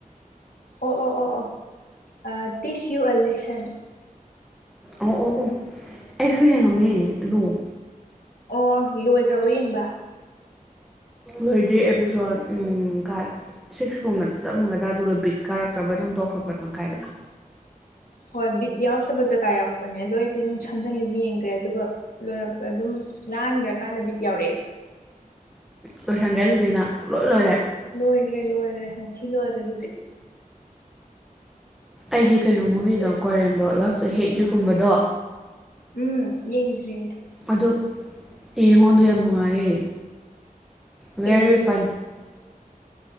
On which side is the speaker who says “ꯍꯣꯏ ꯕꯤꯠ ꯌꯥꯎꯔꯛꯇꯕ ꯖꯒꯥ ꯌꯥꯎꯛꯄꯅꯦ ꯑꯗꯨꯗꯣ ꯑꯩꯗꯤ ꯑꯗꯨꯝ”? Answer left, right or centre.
Left